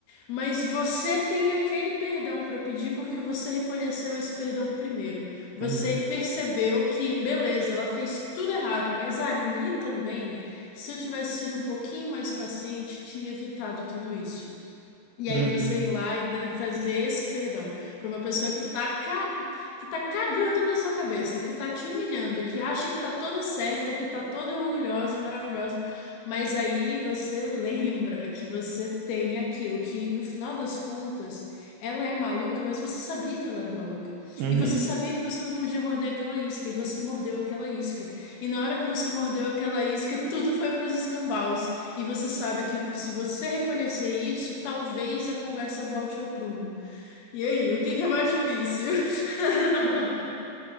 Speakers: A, on the left; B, on the right.
A: Mas você tem aquele perdão para pedir porque você reconheceu esse perdão primeiro. Você
B: uhum,
A: percebeu que, beleza, ela fez tudo errado, mas ali também, se eu tivesse sido um pouquinho mais paciente, tinha evitado tudo isso. E aí
B: uhum,
A: você ir lá e da- e fazer esse perdão para uma pessoa que tá, ca- que tá cagando na sua cabeça, que tá te humilhando, que acha que tá toda certa, que tá toda orgulhosa e maravilhosa, mas aí você lembra que você tem aquilo que, no final das contas, ela é maluca, mas você sabia que ela era maluca.
B: uhum.
A: E você sabia que você não podia morder aquela isca, e você mordeu aquela isca. E na hora que você mordeu aquela isca, tudo foi para os escambaus. E você sabe que se você reconhecer isso, talvez a conversa volte ao prumo. E aí, o que que é mais difícil? <laughs>